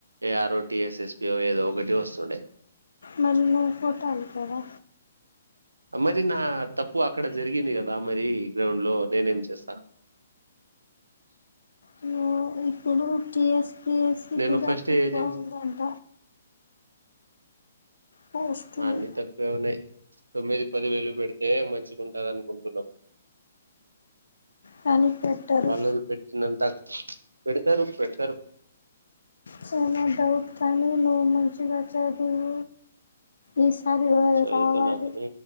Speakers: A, on the right (about 85°); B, on the left (about 75°).
A: A R O, T S S P O ఏదో ఒకటి వస్తుండే
B: మరి నువ్ కొట్టాలి కదా
A: మరి నా తప్పు అక్కడ జరిగింది గదా మరీ గ్రౌండ్ లో నేనేం చేస్త
B: ఉమ్ అ ఇప్పుడు టి ఎస్ పి ఎస్ కి
A: నేను
B: కూడా
A: ఫస్ట్
B: తక్కువ
A: ఏజెన్సీ
B: ఉందంట పోస్టులు
A: మ అన్ని తక్కువె ఉన్నయ్ తొమ్మిది పది వేలు పెడితే మంచిగుంటదనుకుంటున్నాం
B: కానీ పెట్టరు
A: వాళ్ళది పెట్టినంత పెడతరు పెడతరు
B: సో ఏమైనా డౌట్ కానీ నువ్ మంచిగా చదువు ఈసారి ఆ
A: చదువుతున్నా
B: రావాలి
A: కాని